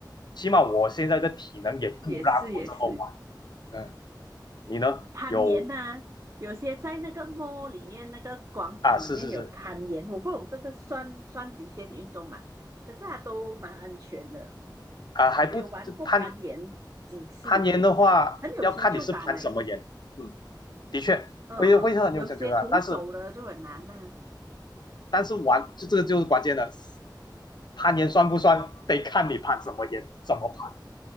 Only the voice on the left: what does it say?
起码我现在的体能也不让我这么玩。
嗯，你呢？
有
啊，是是是
啊，还不这攀
攀岩的话，
要看你是攀什么岩。嗯，的确会会很有成就的，
但是但是玩就这个就是关键的，攀岩算不算得看你攀什么岩，怎么攀。